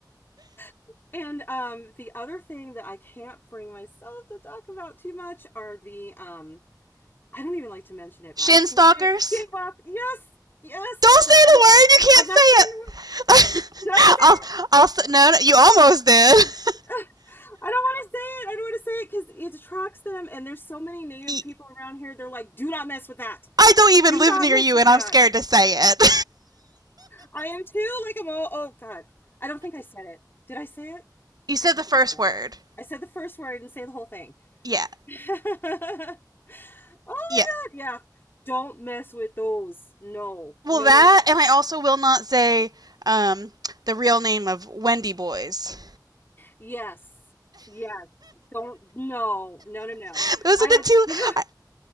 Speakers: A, on the left (about 30°); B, on the right (about 60°).
A: <laughs> and um the other thing that i can't bring myself to talk about too much are the um i don't even like to mention it
B: Shin
A: but i'm just
B: stalkers.
A: gonna say it skinwalker yes yes
B: Don't say
A: the
B: the word. You can't
A: i'm not
B: say
A: saying
B: it.
A: the word- did i
B: <laughs>
A: say
B: I'll. I'll. No, no. You almost did. <laughs>
A: it <laughs> I don't want to say it. I don't want to say it because it attracts them, and there's so many native
B: I
A: people around here. They're like, "Do not mess with that.
B: I don't even
A: Do
B: live
A: not
B: near
A: mess
B: you,
A: with
B: and
A: that."
B: I'm scared to say it.
A: I am too. Like I'm all. Oh God, I don't think I said it. Did I say it?
B: <laughs> you said
A: I don't
B: the
A: think
B: first
A: I said
B: word.
A: it. I said the first word. I didn't say the whole thing.
B: Yeah.
A: <laughs> oh my God.
B: Yeah.
A: Yeah. Don't mess with those. No.
B: Well,
A: No.
B: that,
A: No. No.
B: and I also will not say um, the real name of Wendy Boys.
A: Yes. Yes. Don't. No. No. No. No.
B: <laughs> Those
A: I
B: are the
A: have
B: two.
A: two.
B: I-